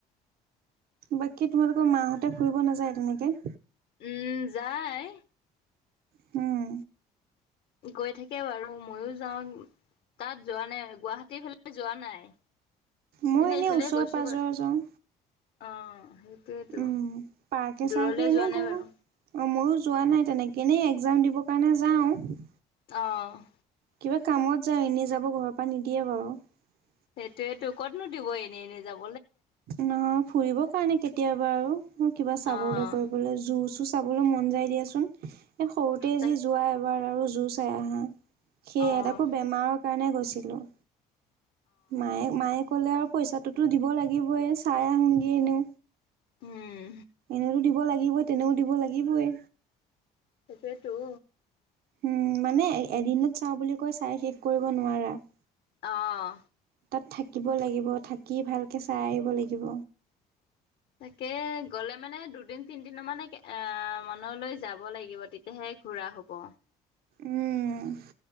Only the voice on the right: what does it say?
বাকী তোমালোকৰ মাহঁতে ফুৰিব নাযায় তেনেকে
হুম
মই
ওচৰে
পাজৰে
যাওঁ।
উম পাৰ্কে
চাৰ্কে এনে
ঘূৰো
অ মইও <unintelligible> যোৱা নাই তেনেকে এনেই একজাম দিবৰ কাৰণে যাওঁ।
কিবা কামত যাওঁ এনেই যাব ঘৰৰ পৰা নিদিয়ে বাৰু। <unintelligible>
নহয় ফুৰিব কাৰণে কেতিয়াবা আৰু কিবা চাবলৈ,
কৰিবলৈ জুচ <unintelligible> চাবলৈ মন যাই দিয়াচোন, এ সৰুতে
যি যোৱা এবাৰ আৰু জোৰ চাই আহা। <unintelligible> সেয়াই
তাকো বেমাৰৰ কাৰণে গৈছিলো। মায়ে-মায়ে কলে আৰু পইচাটোতো দিব লাগিবই চাই আহোঁগে এনেও।
এনেওতো দিব লাগিবই তেনেও দিব লাগিবই।
উম মানে এ-এদিনত চাওঁ বুলি কৈ চাই শেষ কৰিব নোৱাৰা। <unintelligible>
তাত থাকিব লাগিব, থাকি ভালকে চাই আহিব লাগিব।
উম!